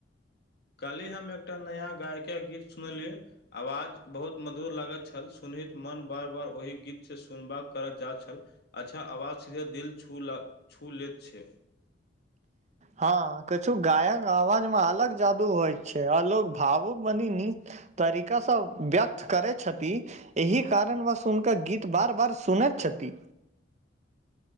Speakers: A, on the left; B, on the right.
A: काल्हिी हम एकटा नया गायकके गीत सुनलियै आवाज बहुत मधुर लागैत छल सुनैत मन बार बार ओहि गीतसँ सुनबा करय जा छल अच्छा आवाज सीधे दिल छू छू लैत छै
B: हँ कछु गायक आवाज में अलग जादु होय छै अलोग भावुक बनी न तरीका सँ व्यक्त करै छथि एहि कारणवश हुनकर गीत बार बार सुनैत छथि